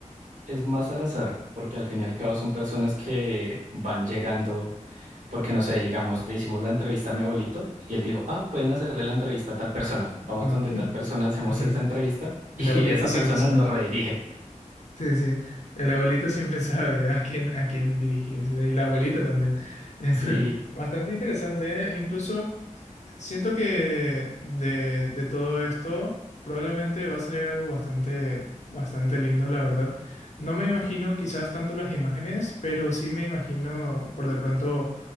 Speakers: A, on the right; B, on the left.
A: Es más al azar, porque al fin y al cabo son personas que van llegando, porque no sé, digamos, le hicimos la entrevista a mi abuelito y él dijo, ah, pueden hacerle la entrevista a tal persona. Vamos
B: Ah,
A: donde
B: ok.
A: tal persona, hacemos
B: <laughs>
A: esa entrevista
B: El
A: y
B: abuelito
A: <laughs> esa
B: siempre
A: persona
B: sabe.
A: nos redirige.
B: Sí, sí. El abuelito siempre sabe a quién, a quién dirigirse. Y la abuelita también. <laughs>
A: Sí.
B: Bastante interesante, ¿eh? Incluso. Siento que de, de todo esto probablemente va a salir algo bastante, bastante lindo, la verdad. No me imagino quizás tanto las imágenes, pero sí me imagino por de pronto